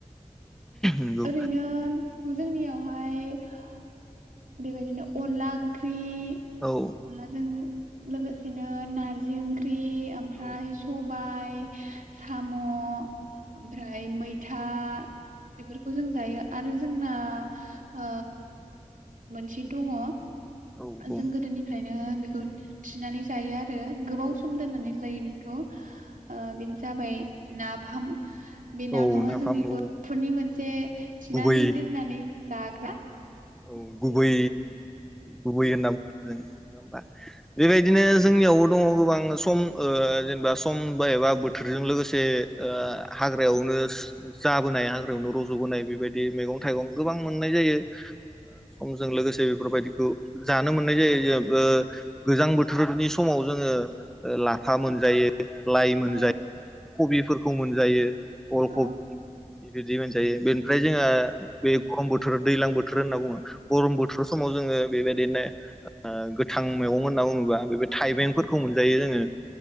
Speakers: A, in the centre; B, on the right.
A: नंगौ
B: ओरैनो जोंनियावहाय उम बेबायदिनो अनला ओंख्रि
A: औ
B: अनलाजों लोगोसेनो नारजि ओंख्रि ख्रिओमफ्राय
A: औ
B: सबायाइ ओमफ्राय साम' ओमफ्राय मै था बेफोरखौ जों जायो आरो जोंना ओ मोनसे दङ
A: औ बुं
B: जों गोदोनिफ्रायनो बेखौ खौ थिनानै जायो आरो यो गोबाव
A: औ
B: सम दोननानै जायो बेखौ ओ बेनो जाबाय ना फाम बे नाफामा
A: औ नाफाम
B: जोंनि
A: औ
B: बर'फोरनि मोनसे थिनानै
A: गुबै
B: दोननानै जाग्रा उम
A: औ गुबै
B: बेबायदि
A: गुबै होनना बुं जों नङा होमबा? बेबायदिनो जोंनियावबो दङ गोबां सम ओ जेनेबा सम बा एबा बोथोरजों लोगोसे ओ हाग्रायावनो जाबोनाय हाग्रायावनो रज' बोनाय बेबायदि बि मैगं थाइगं गोबां मोननाय जायो समजों लोगोसे बेफोरबायदिखौ जानो मोननाय जायो जेबो ओ गोजां बोथोरनि समाव जोङो लाफा मोनजायो लाइ मोनजायो
B: औ
A: कबिफोरखौ मोनजायो अल
B: औ
A: खब बिदि मोनजायो बेनिफ्राय जोङो बे खम बोथोर दैलां बोथो बोथोर होनना बुङो गरम बोथोर समाव जोङो बेबायदिनो ओ गोथां मैगं होनना बुङोबा बे थाइबेंफोरखौ मोनजायो जोङो